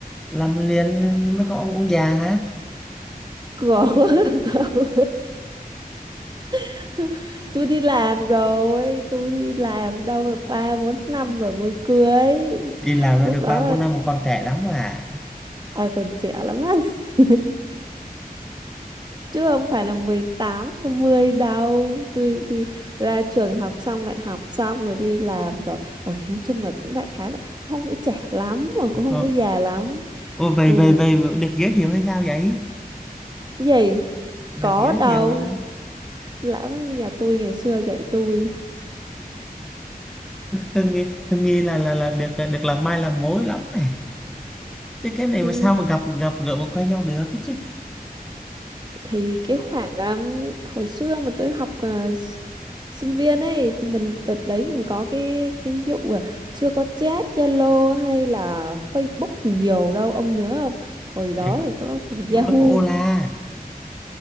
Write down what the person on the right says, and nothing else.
còn tao- <laughs> tôi đi làm rồi tôi đi làm đâu được ba bốn năm rồi mới cưới
lúc
đó
là
à, còn trẻ lắm á <laughs> chứ không phải là mười tám mười đâu tôi đi ra trường học xong đại học xong rồi đi làm rồi ở thì nói chung là cũng đại khái là không có trẻ lắm mà
cũng không có già lắm
ừ.
Cái gì
có
đâu
lão nhà tôi ngày xưa dạy tôi
Ừ,
thì cái khoảng um, hồi xưa mà tôi học ờ, s- sinh viên ấy thì mình đợt đấy mình có cái cái vụ là chưa có chat Zalo hay là Facebook thì nhiều đâu ông nhớ không hồi đó
thì có khoảng
Yahoo